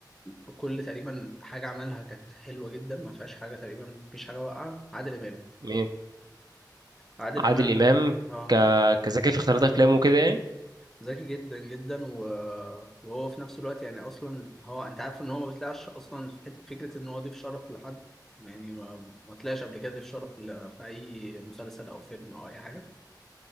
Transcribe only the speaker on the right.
مين
عادل
امام
ك... كذكي في اختيارات افلامه كده يعني